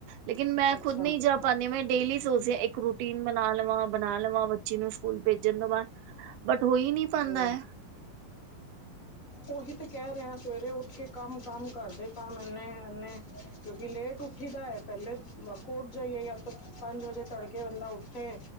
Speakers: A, on the right (about 80°); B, on the left (about 25°).
A: ਲੇਕਿਨ ਮੈਂ
B: ਅੱਛਾ
A: ਖੁਦ ਨਹੀਂ ਜਾ ਪਾਂਦੀ। ਮੈ ਡੇਲੀ ਸੋਚਦੀ ਆ ਇੱਕ ਰੋਟ ਟੀਨ ਬਨਾ ਲਵਾਂ, ਬਨਾ ਲਵਾਂ ਬੱਚੀ ਨੂੰ ਸਕੂਲ ਭੇਜਨ ਤੋ ਬਾਦ, ਬਟ ਹੋਈ ਨੀ
B: ਹੂੰ।
A: <inaudible>
B: ਓਹੀ ਤੇ ਕੈ ਰਹੇ ਆਂ, ਸਵੇਰੇ ਉਠ ਕੇ ਕੰਮ-ਕੰਮ ਘਰਦੇ ਕੰਮ ਏਨੇ-ਏਨੇ ਕਿਉਂਕਿ ਲੇਟ ਉਠੀ ਦਾ ਐ, ਪੈਲੇ <unintelligible> ਉਠ ਜਾਈਏ ਯਾ ਤੋ ਪੰਜ ਵਜੇ ਤੜਕੇ ਬੰਦਾ ਉਠੇ